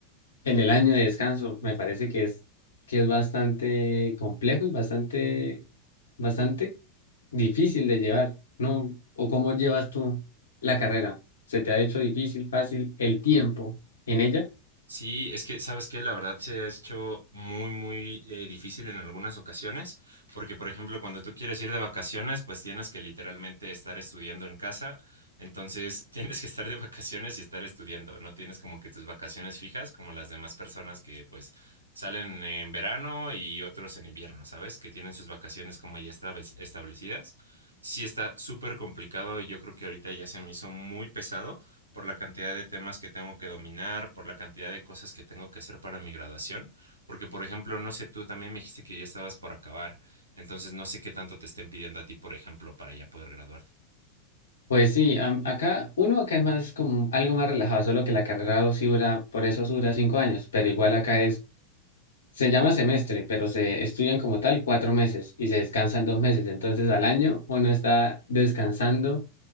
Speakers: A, on the left; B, on the right.
A: en el año de descanso, me parece que es, que es bastante complejo y bastante, bastante difícil de llevar, ¿no? ¿O cómo llevas tú la carrera? ¿Se te ha hecho difícil, fácil el tiempo en ella?
B: Sí, es que, ¿sabes qué? La verdad se ha hecho muy, muy eh, difícil en algunas ocasiones, porque por ejemplo, cuando tú quieres ir de vacaciones, pues tienes que literalmente estar estudiando en casa, entonces <laughs> tienes que estar de vacaciones y estar estudiando, no tienes como que tus vacaciones fijas como las demás personas que pues salen en verano y otros en invierno, ¿sabes? Que tienen sus vacaciones como ya establec- establecidas. Sí está súper complicado y yo creo que ahorita ya se me hizo muy pesado por la cantidad de temas que tengo que dominar, por la cantidad de cosas que tengo que hacer para mi graduación. Porque, por ejemplo, no sé, tú también me dijiste que ya estabas por acabar. Entonces, no sé qué tanto te estén pidiendo a ti, por ejemplo, para ya poder graduarte.
A: Pues sí, am- acá, uno acá es más como algo más relajado, solo que la carrera dos sí dura, por eso sí dura cinco años, pero igual acá es, se llama semestre, pero se estudian como tal cuatro meses y se descansan dos meses, entonces al año uno está descansando